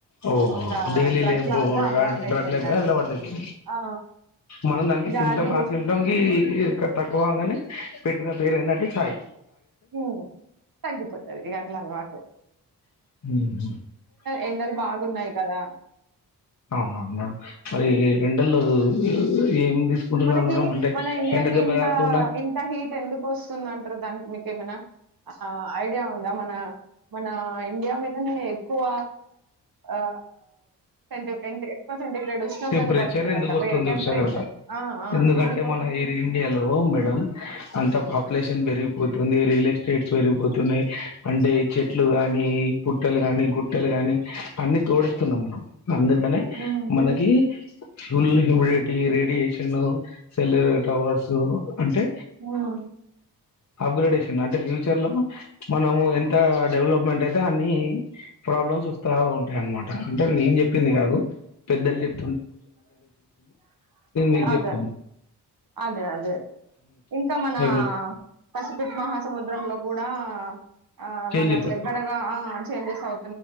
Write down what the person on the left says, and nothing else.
ఓహో
డైలీ
లే
బ
డ్రగ్
ఇలాయిపో
మనం దానికి
సిమ్టమ్
ఆ సిమ్టమ్ కి తక్కువగాని పెట్టిన పేరు ఎందంటే ఛాయి
<unintelligible>
అవునవును మేడం మరి రెండల్లో ఏం తీసుకుంటున్నారు
మేడం అంటే
ఎండ దెబ్బ
తాకకుండా
టెంపరేచర్
ఎందుకు
వస్తుంది
ఉష్ణోగ్రత
ఎందుకంటే
మన ఎయిర్ ఇండియాలో మేడం అంత పాపులేషన్ పెరిగిపోతుంది రియలెస్ స్టేట్స్ పెరిగిపోతున్నాయి అంటే చెట్లు గాని పుట్టలు గానీ గుట్టలు గాని అన్నీ తోడిత్తున్నాం మనం అందుకనే
మన ఫుల్ హ్యూమిడిటీ రేడియేషను సెల్ర్ ట్రవర్సు అంటే
అప్గ్రేడేషన్ అంటే ఫ్యూచర్ లో మనము ఎంత డెవలప్ మంటేద న్ని ప్రాబ్లమ్స్ వస్తా ఉంటాయి అనమాట అంటే నేను చెప్పింది కాదు పెద్దలు చెప్ మీకు చెప్తున్నా
ఎవరు
చేంజెస్
వస్తాయి